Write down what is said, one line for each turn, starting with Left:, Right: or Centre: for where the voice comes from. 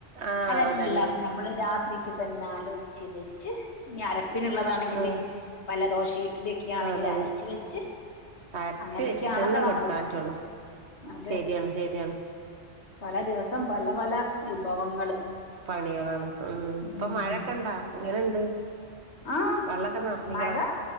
Right: ആഹ്
Left: അതെല്ലാം
Right: അതന്നെ
Left: നമ്മള് രാത്രിക്ക് തന്നേ - ആലോചിച്ച വെച് ഞ്ഞി അരപ്പിനുള്ളതാണെങ്കിൽ
Right: ആഹ്
Left: വല്ല ദോശ് ഇഡലി ഒകെ ആണെങ്കിൽ
Right: അതന്നെ
Left: അരച്ച് വെച്ച്
Right: അരച്ച്
Left: അങ്ങനെയൊക്കെയാണല്ലോ
Right: വെച്ചിട്ട്ന്നെ കെടുക്കാൻ
Left: നമ്മള്
Right: പറ്റുള്ളൂ
Left: അത
Right: ശരിയാണ് ശരിയാണ്
Left: പല ദിവസം പല പല വിഭവങ്ങള്.
Right: പണികളാണ്
Left: ഉം
Right: പ്പൊ മഴക്കെ ണ്ടാ ഇങ്ങനെണ്ട്?
Left: ആഹ്
Right: വെള്ളൊക്കെ നിറഞ്ഞിക്കണ
Left: മഴ